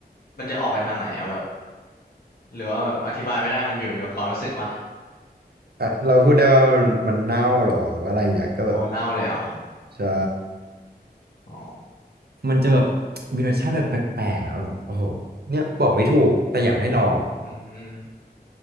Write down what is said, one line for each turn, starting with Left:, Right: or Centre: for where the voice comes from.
Left: มันจะออกไปทางไหนอ่ะแบบหรือว่าแบบอธิบายไม่ได้มันอยู่ในความรู้สึกปะ
Right: อ่ะเราพูดได้ว่ามันมันเน่าหรอหรือว่าอะไรเงี้ยก็แบบ
Left: อ๋อเน่าเลยเหรอ
Right: ใช่
Left: อ๋อ
Right: <coughs> มันจะแบบมีรสชาติแบบแปลกๆอ่ะแบบโอ้โหเนี่ยบอกไม่ถูกแต่อยากให้ลอง
Left: อืม